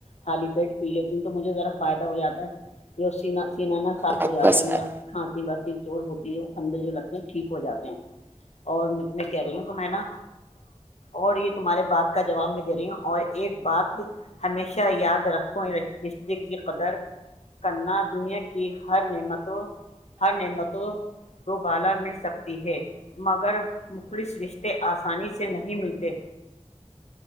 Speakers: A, on the left; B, on the right.
A: خالی پیٹ پی لیتی ہوں تو مجھے ذرا فائدہ ہو جاتا ہے سا پینا نا صاف
B: آپ
A: ہو جاتا
B: کا ساتھ
A: ہے میرا کھانسی باسی چور ہوتی ہے وہ کھنڈ جو لگتے ہیں ٹھیک ہو جاتے ہیں اور میںت میں کہہ رہی ہوں تو میں نا اور یہ تمہارے بات کا جواب میں دے رہی ہوں اور ایک بات ہمیشہ یاد رکھو رشتے کی قدر کرنا دنیا کی ہر نعمتوں ہر نعمتوں دو بالا مل سکتی ہے مگر مخلص رشتے آسانی سے نہیں ملتے